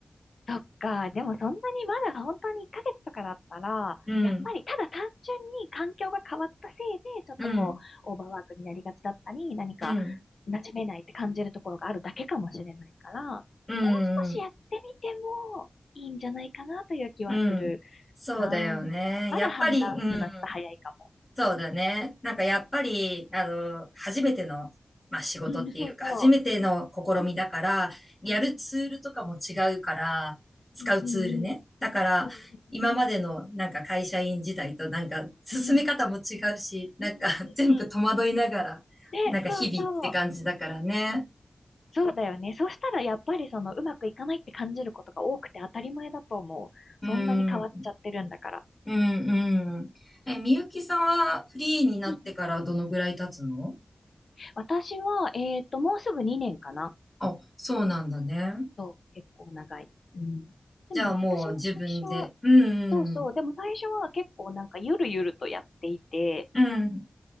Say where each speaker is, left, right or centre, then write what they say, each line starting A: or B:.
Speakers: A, on the left; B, on the left.
A: そっか。でもそんなにまだ本当に1ヶ月とかだったら、
B: うん、
A: やっぱりただ単純に環境が変わったせいで、ちょっとこう、
B: うん、
A: オーバーワークになりがちだったり、何か
B: うん、
A: 馴染めないって感じるところがあるだけかもしれないから、
B: うん、
A: もう少しやってみてもいいんじゃないかなという気はする
B: うん、うんそうだよね。
A: なあ。なんかまだ判断するのはちょっと早いかも。
B: やっぱり、うん。そうだね。なんかやっぱり、あの、初めての、まあ仕事っていうか、
A: うん、そうそ
B: 初めての試みだから、
A: う。う
B: やるツールとかも違うから、
A: ん、う
B: 使うツールね。
A: ん、うん、
B: だから、
A: うん、
B: 今までのなんか会社員時代となんか進め方も違うし、
A: うん、うん、
B: なんか
A: うん、うん、
B: <laughs>
A: うん、
B: 全部戸惑いながら、
A: うん。で、
B: なんか日々って感じだからね。
A: そうそう。そうだよね。そうしたらやっぱりそのうまくいかないって感じることが多くて当たり前だと思う。
B: うん、
A: そんなに変わっちゃってるんだから。
B: うん、うん。え、みゆきさんはフリーになってからどのぐらい経つの
A: うんうん、私は、えっと、もうすぐ2年かな。
B: あ、そうなんだね。
A: そう、結構長い。うん。でも、
B: じゃあもう自分で。
A: 私も最初は、
B: う
A: そうそう、
B: ん、
A: でも最初は結構なんかゆるゆるとやっていて、
B: うん、